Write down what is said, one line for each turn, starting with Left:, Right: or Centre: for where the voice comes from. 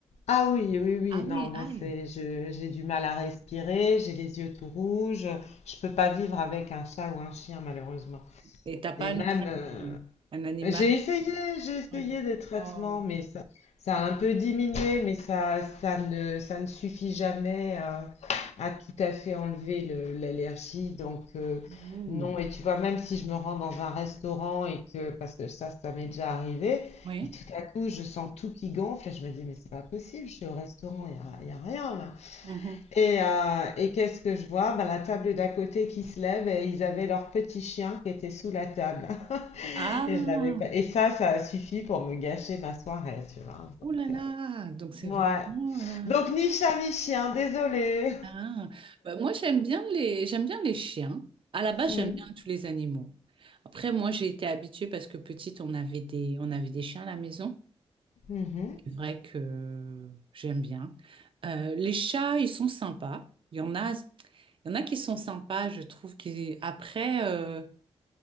Left: Ah oui, oui, oui,
Right: Ah
Left: non,
Right: oui,
Left: moi
Right: aïe.
Left: c'est, je- j'ai du mal à respirer, j'ai les yeux tout rouges, je peux pas vivre avec un chat ou un chien malheureusement.
Right: Et t'as pas
Left: Et
Right: un
Left: même,
Right: autre
Left: euh,
Right: animal? Un animal?
Left: J'ai essayé, j'ai essayé
Right: Ouais.
Left: des traitements,
Right: Oh.
Left: mais ça, ça a un peu diminué, mais ça, ça ne, ça ne suffit jamais à, à tout à fait enlever le- l'allergie. Donc, euh,
Right: Mhm.
Left: non, et tu vois, même si je me rends dans un restaurant et que, parce que ça, ça m'est déjà arrivé,
Right: Oui.
Left: et tout à coup, je sens tout qui gonfle, et je me dis, mais c'est pas possible, je suis au restaurant, il n'y a, y a rien là.
Right: Mhm.
Left: Et, euh, et qu'est-ce que je vois? Ben, la table d'à côté qui se lève et ils avaient leur petit chien qui était sous la table. <laughs>
Right: Ah,
Left: Et je l'avais pas. Et ça, ça a suffi pour me gâcher ma soirée, tu vois. Donc,
Right: oh là là. Donc c'est vraiment...
Left: euh, ouais.
Right: euh,
Left: Donc ni chat ni chien, désolé.
Right: Ah. Bah, moi, j'aime bien les... j'aime bien les chiens. À la base,
Left: Mhm.
Right: j'aime bien tous les animaux. Après, moi, j'ai été habituée parce que petite, on avait des, on avait des chiens à la maison.
Left: Mhm.
Right: C'est vrai que j'aime bien. Euh, les chats, ils sont sympas. Il y en a, il y en a qui sont sympas, je trouve. Qui... Après, euh,